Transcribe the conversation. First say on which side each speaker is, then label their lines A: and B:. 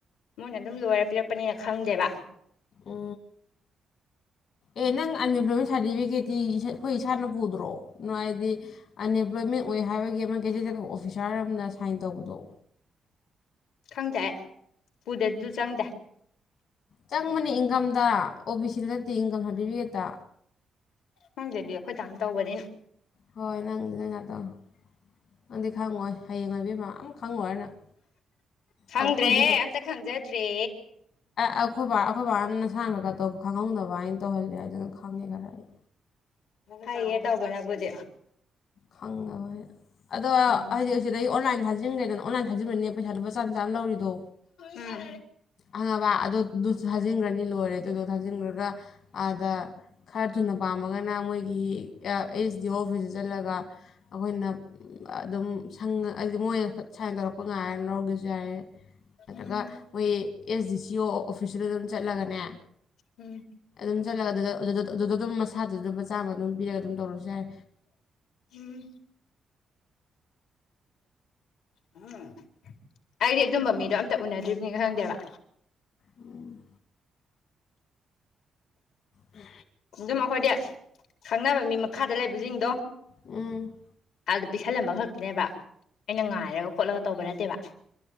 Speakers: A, on the left; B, on the left.
A: ꯃꯣꯏꯅ ꯑꯗꯨꯝ ꯂꯣꯏꯔ ꯄꯤꯔꯛꯄꯅꯤꯅ ꯈꯪꯗꯦꯕ
B: ꯎ ꯑꯦ ꯅꯪ ꯑꯟꯑꯦꯝꯄ꯭ꯂꯣꯏꯃꯦꯟ ꯁꯥꯔꯇꯤꯐꯤꯀꯦꯠꯇꯤ ꯑꯩꯈꯣꯏ ꯏꯁꯥꯅ ꯄꯨꯗ꯭ꯔꯣ ꯍꯥꯏꯗꯤ ꯑꯟꯑꯦꯝꯄ꯭ꯂꯣꯏꯃꯦꯟ ꯑꯣꯏ ꯍꯥꯏꯕꯒꯤ ꯑꯃ ꯀꯦꯖꯦꯗꯦꯠ ꯑꯣꯐꯤꯁꯥꯔ ꯑꯃꯅ ꯁꯥꯏꯟ ꯇꯧꯕꯗꯣ
A: ꯈꯪꯗꯦ ꯄꯨꯗꯁꯨ ꯆꯪꯗꯦ
B: ꯆꯪꯕꯅꯤ ꯏꯟꯀꯝꯗ ꯑꯣ ꯕꯤ ꯁꯤꯗ ꯅꯠꯇꯦ ꯏꯟꯀꯝ ꯁꯥꯔꯇꯤꯐꯤꯀꯦꯠꯇ
A: ꯍꯪꯒꯗꯤ ꯑꯩꯈꯣꯏ ꯆꯥꯝ ꯇꯧꯕꯅꯤ
B: ꯍꯣꯏ ꯅꯪꯗꯤ ꯅꯣꯏ ꯅꯇꯧ ꯅꯪꯗꯤ ꯈꯪꯉꯣꯏ ꯍꯌꯦꯡ ꯑꯣꯏꯕꯤ ꯃ ꯑꯃ ꯈꯪꯉꯣꯏꯅꯪ
A: ꯈꯪꯗ꯭ꯔꯦ
B: ꯑꯩꯈꯣꯏꯗꯤ
A: ꯑꯝꯇ ꯈꯪꯖꯗ꯭ꯔꯦ
B: ꯑꯩꯈꯣꯏꯕ ꯑꯐꯕ ꯍꯥꯏꯅ ꯅꯁꯥꯡ ꯈꯒꯧ ꯈꯪꯍꯧꯅꯕ ꯍꯥꯏꯅ ꯇꯧꯍꯜꯂꯦ ꯑꯗꯨꯅ ꯈꯪꯉꯦ ꯈꯔ ꯑꯩ
A: ꯀꯩꯌꯦ ꯇꯧꯕ ꯅꯕꯨꯗꯤ
B: ꯈꯪꯉꯣꯏ ꯍꯥꯏꯅ ꯑꯗꯣ
A: ꯎꯝ
B: ꯍꯥꯏꯗꯤ ꯁꯤꯗꯩ ꯑꯣꯟꯂꯥꯏꯟ ꯊꯥꯖꯤꯟꯈ꯭ꯔꯦꯗꯅ ꯑꯣꯟꯂꯥꯏꯟ ꯊꯥꯖꯤꯟꯈ꯭ꯔꯅꯤ ꯄꯩꯁꯥꯗꯨꯄꯥ ꯆꯥꯝ ꯆꯥꯅ ꯂꯧꯔꯤꯗꯣ
A: ꯎꯝ
B: ꯑꯪꯉꯕ ꯑꯗꯨꯁꯨ ꯊꯥꯖꯤꯟꯈ꯭ꯔꯅꯤ ꯂꯣꯏꯔꯦ ꯑꯗꯨꯗꯣ ꯊꯥꯖꯤꯟꯈ꯭ꯔꯒ ꯑꯥꯗ ꯈꯔ ꯊꯨꯅ ꯄꯥꯝꯃꯒꯅ ꯃꯣꯏꯒꯤ ꯑꯦꯁ ꯗꯤ ꯑꯣ ꯑꯣꯐꯤꯁꯇ ꯆꯠꯂꯒ ꯑꯩꯈꯣꯏꯅ ꯑꯗꯨꯝ ꯍꯥꯏꯗꯤ ꯃꯣꯏꯅ ꯁꯥꯏꯟ ꯇꯧꯔꯛꯄ ꯉꯥꯏꯔꯅ ꯂꯧꯔꯒꯦꯁꯨ ꯌꯥꯏꯔꯦ ꯅꯠꯇ꯭ꯔꯒ
A: ꯎꯝ
B: ꯃꯣꯏ ꯑꯦꯁ ꯗꯤ ꯁꯤ ꯑꯣ ꯑꯣꯐꯤꯁꯁꯤꯗ ꯑꯗꯨꯝ ꯆꯠ ꯂꯒꯅꯦ
A: ꯎꯝ
B: ꯑꯗꯨ ꯆꯠꯂꯒ ꯑꯗꯨ ꯑꯗꯨꯗ ꯑꯗꯨꯝ ꯃꯁꯥꯗꯨ ꯆꯥꯝꯃ ꯑꯗꯨꯝ ꯄꯤꯔꯒ ꯑꯗꯨꯝ ꯇꯧꯔꯁꯨ ꯌꯥꯔꯦ
A: ꯎꯝ ꯎꯝ ꯑꯩꯗꯤ ꯑꯗꯨꯝꯕ ꯃꯤꯗꯣ ꯑꯝꯇ ꯎꯅꯗ꯭ꯔꯤꯕꯅꯤ ꯈꯪꯗꯦꯕ
B: ꯎꯝ ꯎꯝ
A: ꯑꯗꯨꯝ ꯑꯩꯈꯣꯏꯗꯤ ꯈꯪꯅꯕ ꯃꯤ ꯃꯈꯥꯗ ꯂꯩꯕꯁꯤꯡꯗꯣ
B: ꯎꯝ
A: ꯑꯥꯗ ꯄꯤꯁꯜꯂꯝꯕ ꯈꯛꯇꯤꯅꯦꯕ ꯑꯩꯅ ꯉꯥꯏꯔꯒ ꯈꯣꯠꯂꯒ ꯇꯧꯕ ꯅꯠꯇꯦꯕ